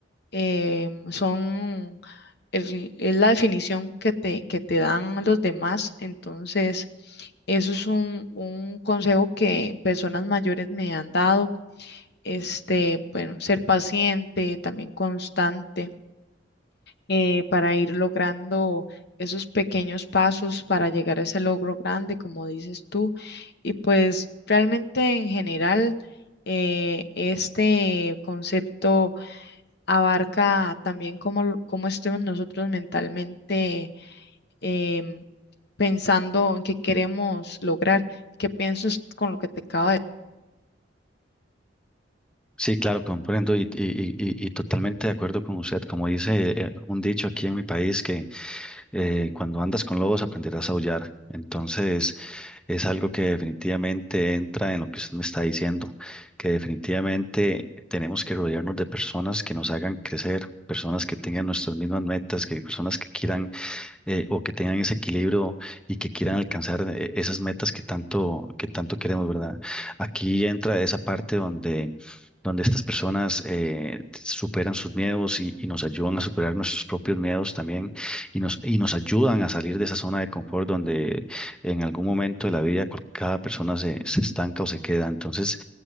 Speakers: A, on the left (about 65°); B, in the centre.
A: eh, son el- es la definición que te, que te dan los demás. Entonces, eso es un, un consejo que personas mayores me han dado. Este, bueno, ser paciente, también constante, eh, para ir logrando esos pequeños pasos para llegar a ese logro grande, como dices tú. Y pues realmente en general, eh, este concepto abarca también cómo, cómo estemos nosotros mentalmente em, pensando en qué queremos lograr, qué piensas con lo que te acabo.
B: Sí, claro, comprendo y, y- y- y- y totalmente de acuerdo con usted. Como dice eh, un dicho aquí en mi país, que eh, cuando andas con lobos aprenderás a aullar. Entonces, es algo que definitivamente entra en lo que usted me está diciendo, que definitivamente tenemos que rodearnos de personas que nos hagan crecer, personas que tengan nuestras mismas metas, que personas que quieran eh, o que tengan ese equilibrio y que quieran alcanzar eh, esas metas que tanto, que tanto queremos, ¿verdad? Aquí entra esa parte donde, donde estas personas eh, superan sus miedos y, y nos ayudan a superar nuestros propios miedos también y nos, y nos ayudan a salir de esa zona de confort donde en algún momento de la vida cu- cada persona se, se estanca o se queda. Entonces,